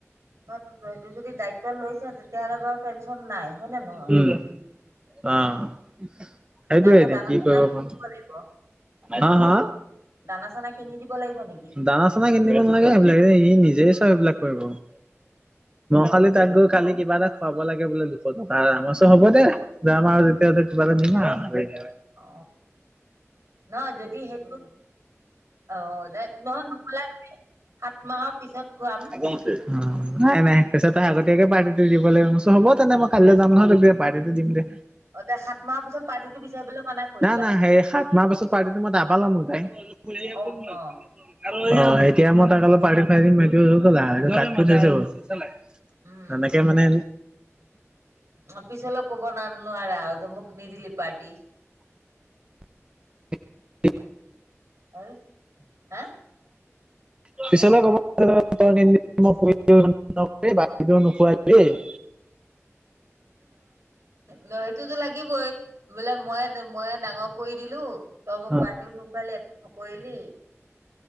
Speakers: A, on the right; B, on the right.
A: অটো যদি দায়িত্ব লৈছ তেতিয়াহ'লে বাৰু টেনচন নাই। হয় নে নহয়
B: উম আহ সেইটোৱে
A: নে আকৌ
B: এতিয়া
A: দানা
B: কি
A: চানা
B: কৰিব
A: কিনি
B: পাও।
A: দিব লাগিব
B: হা হা?
A: দানা চানা কিনি দিব লাগিব নেকি
B: দানা চানা কিনি দিব নালাগে। সেইবিলাকে ই নিজেই চাই সেইবিলাক। কৰিব। খালি তাক গৈ কালি কিবা এটা খুৱাব লাগে বোলে আমাৰছ হ'ব দে যাম আও যেতিয়া কিবা এটা দিম আও। হ
A: অ নহয় যদি সেইটো অ নহয় নোকোলা সাত মাহৰ পিছত খুৱাম
B: একদমছে অ নাই নাই কৈছ তই আগতীয়াক পাৰ্টিটো দিবাগিব হ'ব তেনে মই কাইলৈ যাম নহয় পাৰ্টিটো দিম দে।
A: অ তে সাত মাহৰ পিছত পাৰ্টিটো বিচাৰিবলৈ মানা কৰিবা
B: না না সেই সাত মাহ পাছত পাৰ্টিটো মই তাপা লম বোলো পায়। <unintelligible>
A: অ অ
B: অ এতিয়া মই তাকক অলপ পাৰ্টি খোৱাই দিম সেইটো কাত কুত হয় যাব।
A: উম উম
B: তেনেকে
A: উম উম
B: মানে
A: অ পিছে লগোকো কব নোৱাৰে আও যে মোক নিদিলি পাৰ্টি
B: <inaudible>
A: আৰু হা
B: <inaudible> পিছলে ক'বইই নোখোৱাই দেই। <inaudible>
A: সেইটোতো লাগিবই বোলে মই মই ডাঙৰ কৰি দিলো। তম
B: অ
A: পাৰ্টিও নুখোৱালি একো নকৰিলে।